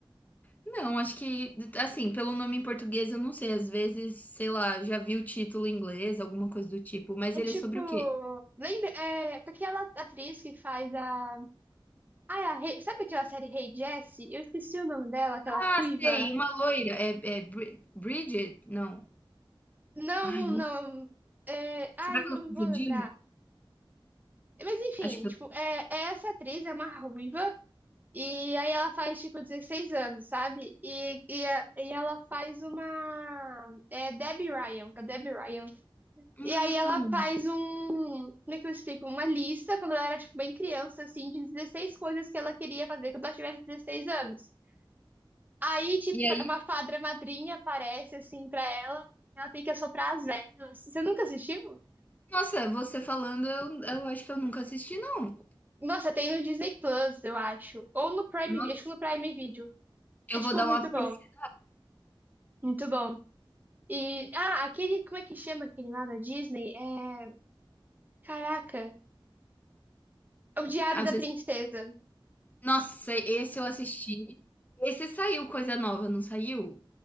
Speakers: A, on the left; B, on the right.
A: Não, acho que, assim, pelo nome em português, eu não sei. Às vezes, sei lá, já vi o título em inglês, alguma coisa do tipo. Mas
B: É
A: ele
B: tipo,
A: é sobre o quê?
B: lembra, é, aquela atriz que faz a, ah, é a Rei- sabe aquela série Rei Jessie? Eu esqueci o nome dela, aquela
A: Ah,
B: ruiva.
A: sei, uma loira. É é Bri Bridget? Não.
B: Não,
A: Ai,
B: não,
A: não
B: não. É, ah,
A: será
B: eu
A: que
B: não
A: eu tô confundindo?
B: vou lembrar. Mas enfim,
A: Acho que
B: tipo,
A: eu
B: é, é essa atriz é uma ruiva e aí ela faz tipo 16 anos, sabe? E, e, a- e ela faz uma é Debbie Ryan, com a Debbie Ryan.
A: hum.
B: E aí ela faz um, como é que eu explico? Uma lista, quando ela era, tipo, bem criança, assim, de 16 coisas que ela queria fazer quando ela tivesse 16 anos. Aí, tipo,
A: E aí
B: uma fadra madrinha aparece, assim, pra ela, ela tem que assoprar as velas. Você nunca assistiu?
A: nossa, você falando eu eu acho que eu nunca assisti não.
B: Nossa, tem no Disney Plus, eu acho. Ou no Prime,
A: Nossa,
B: acho que no Prime Video.
A: eu
B: É, tipo,
A: vou dar
B: muito
A: uma
B: bom,
A: pesqui
B: muito bom. E, ah, aquele, como é que chama aquele lá da Disney? É, caraca, é o Diário
A: às
B: da
A: vezes
B: Princesa.
A: nossa, esse eu assisti. Esse saiu coisa nova, não saiu?